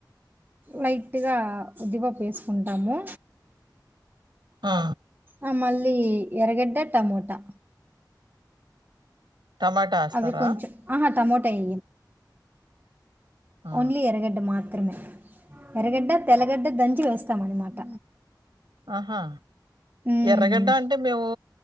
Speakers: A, on the right; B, on the right.
A: లైక్ గట్టిగా ఉది పప్పు వేసుకుంటాము
B: హా
A: ఆ మళ్ళీ ఎరగడ్డ, టమోటా
B: టమాటా ఏస్తారా?
A: అవి కొంచెం ఆహా టమోట తయ్
B: ఆ!
A: ఓన్లీ ఎర్రగడ్డ మాత్రం ఎరగడ్డ తెల్లగడ్డ దంచి వేస్తాం అనమాట
B: ఆహా
A: హ్మ్
B: ఎర్రగడ్డా అంటే మేము